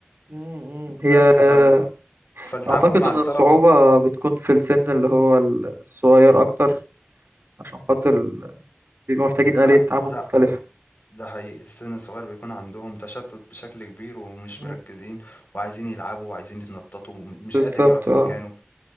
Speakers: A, on the right; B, on the left.
A: مم، مم. هي
B: بس
A: آه،
B: فال فالتعامل
A: أعتقد
B: مع
A: إن
B: الطلبة
A: الصعوبة بتكون في السن اللي هو الصغير أكتر عشان خاطر ال- بيبقوا محتاجين
B: ده
A: آلية تعامل
B: ده
A: مختلفة
B: ده حقيقي السن الصغير بيكون عندهم تشتت بشكل كبير ومش
A: مم.
B: مركزين وعايزين يلعبوا وعايزين يتنططوا مش
A: بالظبط
B: قادر يقعد في
A: اه
B: مكانه